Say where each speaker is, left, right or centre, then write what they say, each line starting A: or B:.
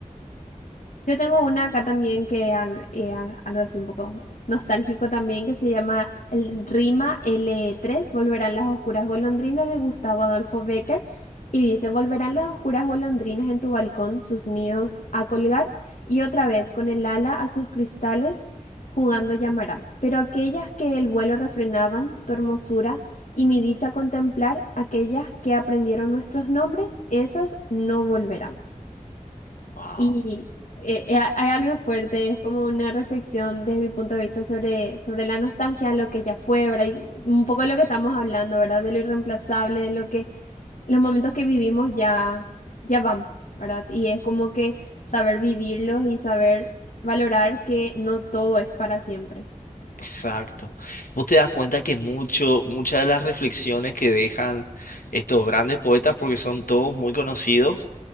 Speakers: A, on the left; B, on the left.
A: Yo tengo una acá también que al- eh, a- algo así un poco nostálgico también que se llama el Rima L3, Volverán las oscuras golondrinas de Gustavo Adolfo Bécquer y dice, Volverán las oscuras golondrinas en tu balcón, sus nidos a colgar y otra vez con el ala a sus cristales jugando llamarán. Pero aquellas que el vuelo refrenaban, tu hermosura y mi dicha contemplar, aquellas que aprendieron nuestros nombres, esas no volverán.
B: Wow.
A: Y eh, eh, hay algo fuerte, es como una reflexión desde mi punto de vista sobre, sobre la nostalgia, lo que ya fue, ¿verdad? Y un poco de lo que estamos hablando, ¿verdad? De lo irreemplazable, de lo que los momentos que vivimos ya, ya van, ¿verdad? Y es como que saber vivirlos y saber valorar que no todo es para siempre.
B: Exacto. Vos te das cuenta que mucho, muchas de las reflexiones que dejan estos grandes poetas, porque son todos muy conocidos,